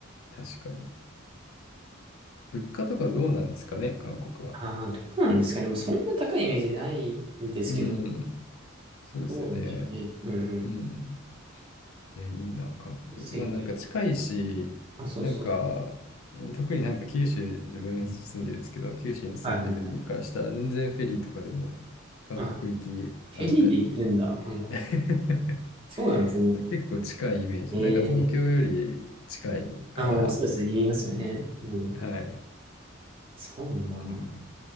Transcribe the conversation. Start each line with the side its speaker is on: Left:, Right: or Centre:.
Left: 確かに。物価とかどうなんですかね、韓国は。
Right: ああ、どうなんですかね。まあ、そんな高いイメージないんですけど、
Left: うん、そうですよね。
Right: どうなんでしょうね。うんうん。
Left: うん。いや、いいな、韓国。
Right: 安いといい。
Left: まあ、なんか近いし、
Right: あ、そうそうそう。
Left: なんか、特になんか九州、自分住んでるんですけど、
Right: うん
Left: 九州に住んでる身からしたら、
Right: はいはい。
Left: 全然フェリーとかでも韓国行きあったり、
Right: あ、フェリーで行けるんだ、韓国。
Left: <laughs>
Right: そうなんですね。
Left: 結構近いイメージ。
Right: ええー、
Left: なんか東京より近いから、
Right: あ、もうそうですね。言いますよね。うん。
Left: はい。
Right: そうなんだ。
Left: うん。